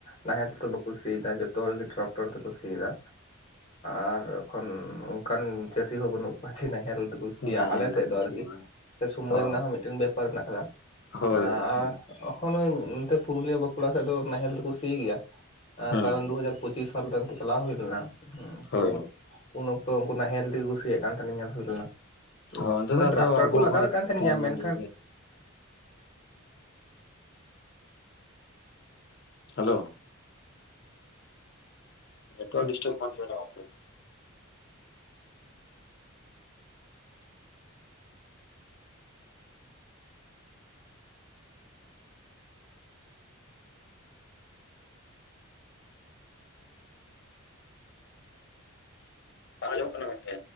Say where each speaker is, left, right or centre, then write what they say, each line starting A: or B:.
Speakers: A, on the left; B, on the left.
A: ᱱᱟᱦᱮᱞ ᱛᱮ ᱫᱚ ᱵᱟᱠᱚ ᱥᱤᱭᱫᱟ ᱡᱚᱛᱚ ᱦᱚᱲ ᱜᱮ ᱴᱨᱟᱠᱴᱚᱨ ᱛᱮᱠᱚ ᱥᱤᱭᱫᱟ ᱟᱨ ᱮᱠᱷᱚᱱ ᱚᱱᱠᱟᱱ ᱪᱟᱹᱥᱤ ᱦᱚᱸ ᱵᱟᱹᱱᱩᱜ ᱠᱚᱣᱟ ᱡᱮ ᱱᱟᱦᱮᱞ ᱛᱮᱠᱚ ᱥᱤᱭᱟ
B: ᱱᱟᱦᱮᱞ
A: ᱟᱞᱮ ᱥᱮᱫ
B: ᱛᱮᱠᱚ
A: ᱫᱚ ᱟᱨᱠᱤ
B: ᱥᱤᱭᱟ
A: ᱥᱮ ᱥᱳᱢᱚᱭ
B: ᱚ
A: ᱨᱮᱱᱟᱜ ᱦᱚᱸ ᱢᱤᱫᱴᱟᱱ ᱵᱮᱯᱟᱨ ᱦᱮᱱᱟᱜ ᱟᱠᱟᱫᱟ
B: ᱦᱳᱭ
A: ᱟᱨ ᱚᱸ
B: ᱜᱚᱝᱠᱮ
A: ᱮᱠᱷᱚᱱ ᱱᱚᱛᱮ ᱯᱩᱨᱩᱞᱤᱭᱟᱹ ᱵᱟᱸᱠᱩᱲᱟ ᱥᱮᱫ ᱫᱚ ᱱᱟᱦᱮᱞ ᱛᱮᱠᱚ ᱥᱤ ᱜᱮᱭᱟ
B: ᱦᱩᱸ
A: ᱠᱟᱨᱚᱱ ᱫᱩ ᱦᱟᱡᱟᱨ ᱯᱚᱸᱪᱤᱥ ᱥᱟᱞ ᱨᱮᱱ ᱚᱱᱛᱮ ᱪᱟᱞᱟᱣ ᱦᱩᱭ ᱞᱮᱱᱟ
B: ᱦᱳᱭ
A: ᱛᱚ ᱩᱱ ᱚᱠᱛᱚ ᱩᱱᱠᱩ ᱱᱟᱦᱮᱞ ᱛᱮᱜᱮ ᱠᱚ ᱥᱤᱭᱟᱜ ᱠᱟᱱ ᱛᱟᱦᱮᱱᱟ ᱧᱮᱞ ᱦᱩᱭ ᱞᱮᱱᱟ᱾ ᱛᱚ
B: ᱦᱚᱸ ᱚᱱᱛᱮ
A: ᱢᱟᱱᱮ
B: ᱫᱚ ᱟᱫᱚ
A: ᱴᱨᱟᱠᱴᱟᱨ
B: ᱟᱵᱚ
A: ᱠᱚ ᱞᱟᱜᱟᱣᱮᱫ
B: ᱢᱟᱱᱮ
A: ᱠᱟᱱ ᱛᱟᱦᱮᱱ
B: ᱛᱟᱭᱱᱚᱢ
A: ᱜᱮᱭᱟ ᱢᱮᱱᱠᱷᱟᱱ
B: ᱤᱭᱟᱹ ᱜᱮᱭᱟ ᱦᱮᱞᱳ ᱱᱮᱴᱣᱟᱨᱠ ᱰᱤᱥᱴᱟᱵᱚᱜ ᱠᱟᱱ ᱛᱟᱵᱮᱱᱟ ᱜᱚᱝᱠᱮ᱾ ᱵᱟᱝ ᱟᱸᱡᱚᱢᱚᱜ ᱠᱟᱱᱟ ᱜᱚᱝᱠᱮ᱾